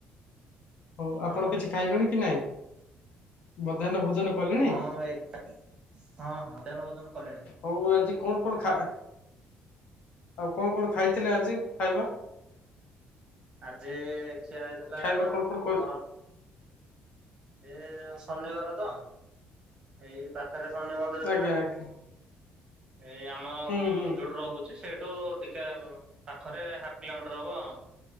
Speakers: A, on the left (about 50°); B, on the right (about 30°).
A: ହୋଉ
B: ହଁ
A: ଆପଣ କିଛି ଖାଇଲେଣି କି ନାଇଁ? ମଧ୍ୟାହ୍ନ ଭୋଜନ କଲେଣି
B: ହଁ ଭାଇ ହଁ ହଁ ମଧ୍ୟାନ ଭୋଜନ କଲେଣି।
A: ହୋଉ ଆଜି କଣ କଣ ଖା ଆଉ କଣ କଣ ଖାଇଥିଲେ ଆଜି ଖାଇବା?
B: ଆଜି ଚିଆ ହେଇଥିଲା
A: ଖାଇବା କଣ କଣ କ
B: ଗରମ। ଏ ଶନିବାର ତ ଏଇ ପାଖରେ ଶନି ମନ୍ଦିର
A: ଆଜ୍ଞା
B: ଥିଲା।
A: ଆଜ୍ଞା
B: ଏ ଆମ
A: ହୁଁ
B: ଉଁ
A: ହୁଁ
B: ଯୋଉଟ ରହୁ। ସେ ସେଇଠୁ ଟିକେ ପାଖରେ ହାପ କିଲୋମିଟର ହବ ଆଉ।